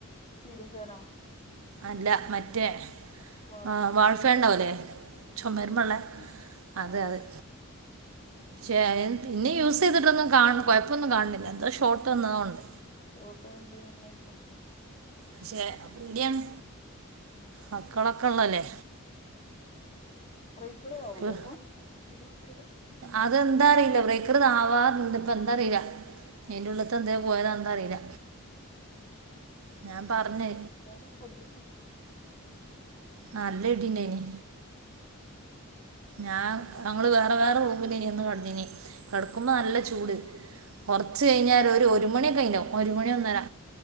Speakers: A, on the left (about 30°); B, on the right (about 65°).
A: സീലിങ് ഫാനോ
B: അല്ല മറ്റെ
A: വാൾ
B: ആ
A: ഫാനോ
B: വാൾഫേൻണ്ടാവുലെ ചുമര്മള്ളെ
A: ഉം ഉം ഉം
B: അതെ
A: ആ
B: അതെ ഷെ പിന്നെ യൂസ് ചെയ്തിട്ടൊന്നും കാൺ കുഴപ്പൊന്നും കാണുന്നില്ല എന്താ ഷോർട്ട്ന്നതാവ്ണ്ട്
A: ഷോട്ട് എന്താ വന്നായിക്കും
B: പക്ഷെ പേടിയാണ് മക്കളൊക്കെ ഇള്ളല്ലേ
A: ബ്രേക്കർ ആവൂലേ
B: ഇപ്പം
A: അപ്പൊ ഇടി വിട്ടിയല്
B: അതെന്താ അറിയില്ല ബ്രേക്കർ ഇത് ആവാറുണ്ട് ഇപ്പ എന്താറിയില്ല അയ്ന്റുള്ളത്ത് എന്തേ പോയതാന്ന അറിയില്ല
A: <inaudible>
B: ഞാൻ പറഞ്ഞ്
A: എന്തായാലും ശ്രദ്ധിച്ചോ
B: ആ അല്ലെടിണ്ടായിനി
A: ആ
B: ഞാൻ ഞങ്ങള് വേറെ വേറെ റൂമിലേനി കെടന്നിനി കെടക്കുമ്പോ നല്ല
A: ആ
B: ചൂട് കുറച്ച് കഴിഞ്ഞാൽ ഒരു മണിയൊക്കെ കയിഞ്ഞു ഒരു മണി ഒന്നര